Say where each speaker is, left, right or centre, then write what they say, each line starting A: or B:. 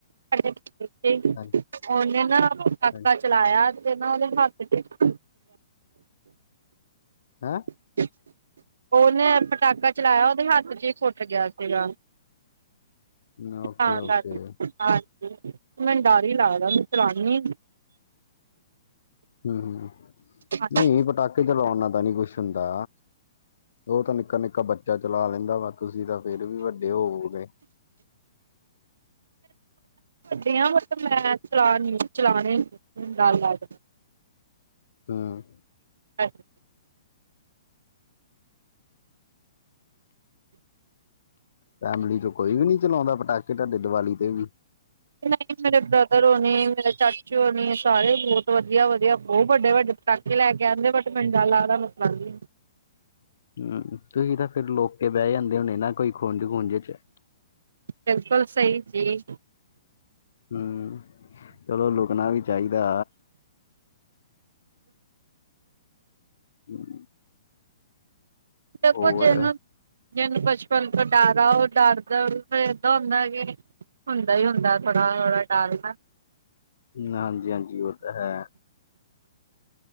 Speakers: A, on the right; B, on the left.
A: ਸਾ ਤੇ
B: ਹਾਂਜੀ
A: ਉਹਨੇ ਨਾ ਪਟਾਕਾ
B: ਹਾਂਜੀ
A: ਚਲਾਇਆ ਤੇ ਨਾ ਉਹਦੇ ਹੱਥ ਚ'
B: ਹੈਂ।
A: ਅ <inaudible> ਉਹਨੇ ਪਟਾਕਾ ਚਲਾਇਆ ਉਹਦੇ ਹੱਥ ਚ' ਹੀ ਫੁੱਟ ਗਿਆ ਸੀਗਾ।
B: ਹੈਂ
A: ਕਰ
B: ਓਕੇ ਓਕੇ
A: ਹਾਂਜੀ। ਮੈ ਡਰ ਹੀ ਲਗਦਾ <unintelligible> ਚੀ
B: ਹਮ- ਹਮ
A: ਹਾਂਜੀ
B: ਨਹੀਂ ਪਟਾਕੇ ਤੇ ਲਵਾਉਣਨਾ ਤਾਂ ਨਹੀਂ ਕੁਛ ਹੁੰਦਾ। ਉਹ ਤਾਂ ਨਿੱਕਾ- ਨਿੱਕਾ ਬੱਚਾ ਚਲਾ ਲੈਂਦਾ ਵਾ। ਤੁਸੀਂ ਤਾਂ ਫੇਰ ਵੀ ਵੱਡੇ ਹੋਵੋਗੇ।
A: ਮਤਲਬ ਮੈਂ ਚਲਾਨ- ਚਲਾਣੇ ਡਰ ਲੱਗ
B: ਹਾਂ।
A: ਅੱਗ।
B: ਫੈਮਲੀ ਚ' ਕੋਈ ਵੀ ਨੀ ਚਲਾਉਂਦਾ ਪਟਾਕੇ ਤੁਹਾਡੇ ਦੀਵਾਲੀ ਤੇ ਵੀ।
A: ਨਹੀਂ ਮੇਰੇ ਬ੍ਰਦਰ ਹੋਣੇ, ਮੇਰੇ ਚਾਚ ਚੋਨੇ ਸਾਰੇ ਬਹੁਤ ਵਧੀਆ- ਵਧੀਆ ਬਹੁਤ ਵੱਡੇ- ਵੱਡੇ ਪਟਾਕੇ ਲੈ ਕੇ ਆਉਂਦੇ ਬਟ ਮੈਨੂ ਡਰ ਲੱਗਦਾ। ਮਤਲਬ
B: ਹਮ, ਤੁਸੀਂ ਤਾਂ ਫੇਰ ਲੋਕ ਬਹਿ ਜਾਂਦੇ ਹੋਣੇ ਨਾ ਕੋਈ ਖੂੰਜ- ਖੂੰਜੇ ਚ'
A: ਬਿਲਕੁਲ ਸਹੀ ਜੀ।
B: ਹਮ, ਚਲੋ ਲੁਕਣਾ ਵੀ ਚਾਹੀਦਾ। ਹੂੰ।
A: ਜ
B: ਹੋਰ
A: ਕੋ ਜਨ <unintelligible> ਜਿਹਨੂੰ ਬਚਪਨ ਤੋਂ ਡਰ ਆ ਉਹ ਡਰਦਾ ਫੇਰ ਏਦਾਂ ਹੁੰਦਾ ਹੈ ਕਿ ਹੁੰਦਾ ਹੀ ਹੁੰਦਾ ਥੋੜਾ ਡਰਦਾ।
B: ਹਾਂਜੀ- ਹਾਂਜੀ ਉਹ ਤਾਂ ਹੈ।